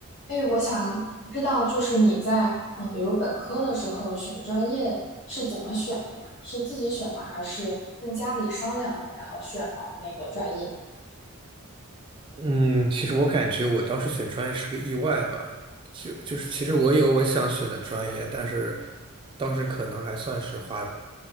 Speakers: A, on the left; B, on the right.
A: 哎，我想知道，就是你在嗯、呃比如本科的时候选专业是怎么选的呀？是自己选的，还是跟家里商量的，然后选了那个专业？
B: 嗯，其实我感觉我当时选专业是个意外吧，就就是其实我有我想选的专业，但是当时可能还算是滑，